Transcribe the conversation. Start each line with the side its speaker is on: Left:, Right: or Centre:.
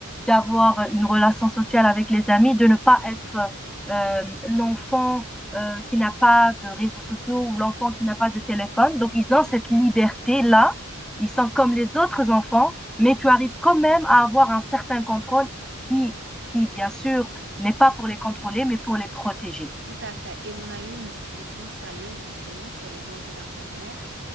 Centre: d'avoir une relation sociale avec les amis, de ne pas être, heu, hem, l'enfant, heu, qui n'a pas de réseaux sociaux ou
Right: C'est
Centre: l'enfant
Right: ça.
Centre: qui n'a pas de téléphone. Donc ils ont cette liberté-là, ils sont comme les autres enfants, mais tu arrives quand même à avoir un certain contrôle qui qui bien sûr n'est pas pour les contrôler, mais pour les protéger.
Right: Tout à fait. Et on a eu une discussion sérieuse justement sur les dangers d'Internet